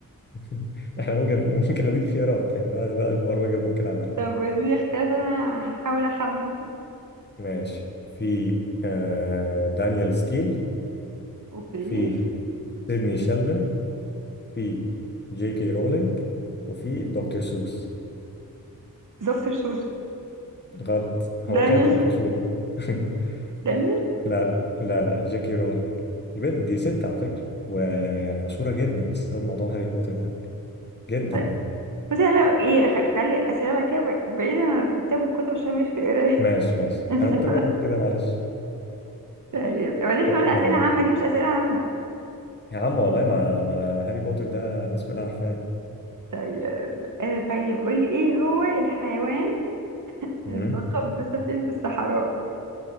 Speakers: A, on the left; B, on the right.
A: <laughs> احنا ممكن ممكن اديك خيارات يعني ده ده اكبر واجب ممكن اعمله
B: طب اديني اختيارات انا هحاول اخمن كده
A: ماشي في آه دانيال ستيل
B: اوكي
A: في سيدني شيلدن في جي كي رولينج وفي دكتور سوس
B: دكتور سوس
A: غلط هو
B: دانيال
A: كاتب مشهور <laughs>
B: دانيال
A: لا لا لا جي كي رولينج دي بنت دي ست على فكرة ويعني مشهورة جدا بسبب موضوع هاري بوتر ده جدا
B: طيب.
A: يعني
B: بس احنا بقى ايه خ- خلي الاسئله بقى كده بعيدا عن الكتاب والكتب عشان مش في قرايه
A: ماشي ماشي
B: <laughs>
A: انا قلت اجرب كده معلش
B: طيب وبعدين احنا
A: طب
B: قلنا
A: يلا
B: اسئله عامه دي مش اسئله عامه
A: يا عم والله ما ما انا هاري بوتر ده الناس كلها عارفاه
B: طيب آه طيب قولي ايه هو الحيوان
A: أمم.
B: الملقب بسفينه الصحراء